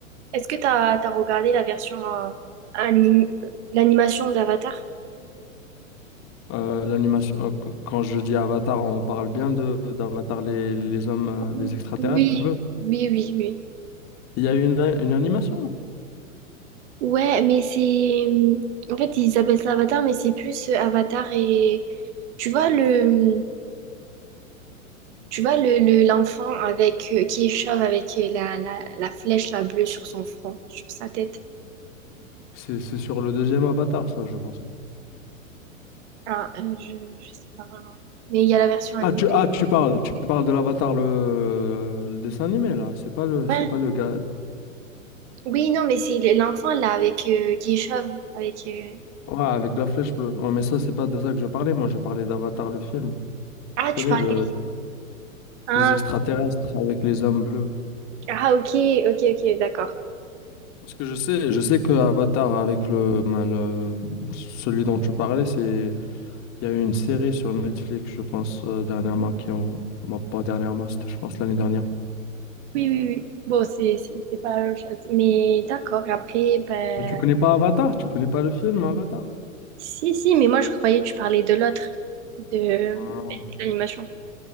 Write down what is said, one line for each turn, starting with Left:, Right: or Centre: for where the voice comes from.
Right: Est-ce que t'as t'as regardé la version euh, anim- l'animation d'Avatar?
Left: Euh, l'animation, euh, qu- quand je dis Avatar, on parle bien de d'Avatar les, les hommes, euh,
Right: Oui,
Left: les extraterrestres bleus.
Right: oui, oui, oui.
Left: Il y a une, a- une animation.
Right: Ouais, mais c'est... mmh, En fait, ils appellent ça Avatar, mais c'est plus euh, Avatar et... Tu vois le... mmh, Tu vois le, le- l'enfant avec euh, qui est chauve avec euh, la, la, la flèche la bleue sur son front, sur sa tête.
Left: C'est c'est sur le deuxième Avatar, ça, je pense.
Right: Ah, euh, je, je sais pas vraiment. Mais il y a la version anime.
Left: Ah, tu, ah, tu parles, tu parles de l'Avatar, le, euh, le dessin animé, là. C'est pas le, c'est
Right: Ouais.
Left: pas le gars.
Right: Oui, non, mais c'est le- l'enfant là avec euh, qui est chauve avec euh,
Left: Ouais, avec la flèche bleue. Ouais, mais ça, c'est pas de ça que je parlais. Moi, je parlais d'Avatar, le film.
Right: Ah,
Left: Tu connais
Right: tu parlais.
Left: le,
Right: Ah,
Left: les extraterrestres avec les hommes bleus.
Right: ah, ok, ok, ok, d'accord.
Left: Parce que je sais, je sais que Avatar avec le, ben, le celui dont tu parlais, c'est Il y a eu une série sur Netflix, je pense, euh, dernièrement, qui ont... bon, pas dernièrement, c'était, je pense, l'année dernière.
Right: Oui, oui, oui. Bon, c'est c'est c'est pas la même chose. Mais d'accord, après, ben.
Left: Mais tu connais pas Avatar? Tu connais pas le film Avatar?
Right: Si, si, mais moi je croyais que tu parlais de l'autre, de
Left: Ah.
Right: l'animation.